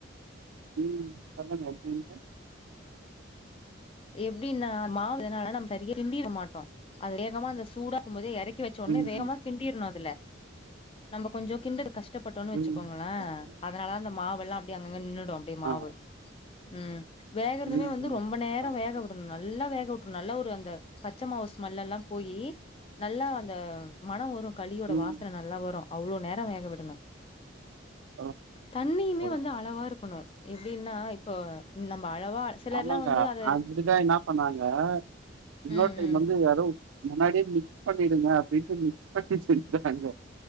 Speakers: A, on the right; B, on the left.
A: ம் <inaudible>
B: எப்டின்னா மாவு அதனால நம்ம சரியா கிண்டிருக்கமாட்டோ அது வேகமா அந்த சூடாக்கும் போதே எறக்கி வெச் சொன்ன
A: ம்
B: வேகமா கிண்டிர்ணு அதுல நம்ம கொஞ்சம் கிண்டதுக்கு கஷ்டபட்டோன்னு வெச்சுக்கோங்களே
A: ம் ஓகே
B: அதனாலதா அந்த மாவெல்லாம் அப்டி அங்கங்க நின்னுடும் அப்டியே மாவு
A: ஆ
B: ம் வேகறதுமே
A: ம்
B: வந்து ரொம்ப நேர
A: ஓகே
B: வேக வுடணும் நல்லா வேகவுட்ரணு நல்ல ஒரு அந்த பச்ச மாவு ஸ்மெல்லெல்லா போயி நல்லா அந்த மனம் வரும் களியோட
A: ம்
B: வாசன நல்லா வரும் அவ்ளோ நேரம் வேக விடணும்
A: ஓ
B: தண்ணியுமே
A: ஓ
B: வந்து அளவா இருக்கணு எப்டின்னா இப்போ நம்ம அளவா சிலர்லா
A: ஆமாங்க
B: வந்து அத
A: அப்டிதான் என்னா பண்ணாங்க இன்னோர்
B: ம்
A: டைம்
B: ம்
A: வந்து யாரோ முன்னாடியே மிக்ஸ் பண்ணிடுங்க அப்டின்ட்டு மிக்ஸ் பண்ணி செஞ்சாங்க